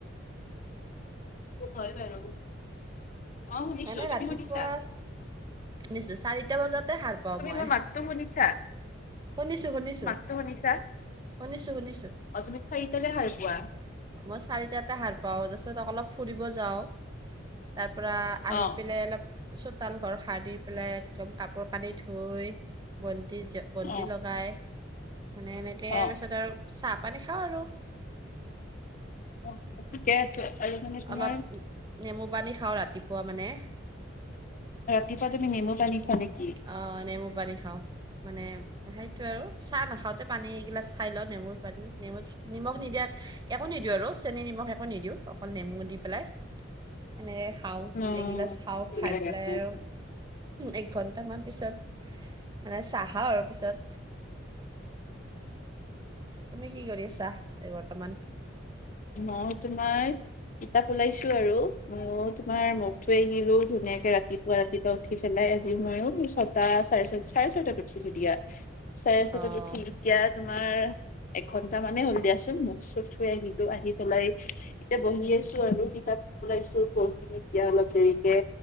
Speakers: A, on the left; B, on the right.
A: হয় বাৰু। অ শুনিছো
B: এনে
A: তুমি
B: ৰাতিপুৱা
A: শুনিছা?
B: শুনিছো চাৰিটা বজাতে সাৰ পাওঁ
A: তুমি
B: মই
A: মোৰ মাতটো শুনিছা?
B: শুনিছো শুনিছো
A: মাতটো শুনিছা?
B: শুনিছো শুনিছো।
A: অ তুমি চাৰিটাতে হাৰ পোৱা।
B: মই চাৰিটাতে হাৰ পাও তাৰপিচত অলপ ফুৰিব যাও তাৰ পৰা আহি
A: অ
B: পেলাই অলপ চতাল ঘৰ হাৰি পেলাই একদম কাপোৰ কানি, ধুই বন্তি‌ জ্ব বন্তি
A: অ
B: লগাই মানে এনেকে
A: অ
B: পিছত আৰু চাহ পানী খাওঁ আৰু
A: অ ঠিকে আছে আৰু মানে তোমাৰ
B: অলপ নেমু পানী খাওঁ ৰাতিপুৱা মানে
A: ৰাতিপুৱা তুমি নেমু পানী খোৱা নেক
B: অহ নেমু পানী খাওঁ মানে সেইটো আৰু চাহ নাখাওঁতে পানী এগিলাচ খাই লওঁ নেমুৰ পানী নেমু নিমখ নিদিয়া একো নিদিওঁ আৰু চেনি নিমখ একো নিদিওঁ অকল নেমু দি পেলাই এনেকে খাওঁ
A: অ',
B: এগিলাচ খাওঁ খাই পেলাই আৰু এইঘন টা মান পিছত মানে চাহৰ পিছত তুমি কি কৰি আছা এই বৰ্তমান।
A: মইয়ো তোমাৰ কিতাপ ওলাইছো আৰু মইয়ো তোমাৰ নট থৈ আহিলো ধুনীয়াকে ৰাতি পুৱা ৰাতিপুৱা উঠি পেলাই আজিও মইও ছটা চাৰে, চাৰে ছটাত উঠিলো দিয়া। চাৰে ছটাত
B: অ',
A: উঠিলি? এতিয়া তোমাৰ এঘন্টা মানে হ'ল দিয়াচোন মোক চোক ধুই আহিলোঁ আহি', আহি পেলাই এতিয়া বহি আছোঁ আৰু কিতাপ ওলাইছোঁ পঢ়িম এতিয়া অলপ দেৰিকে',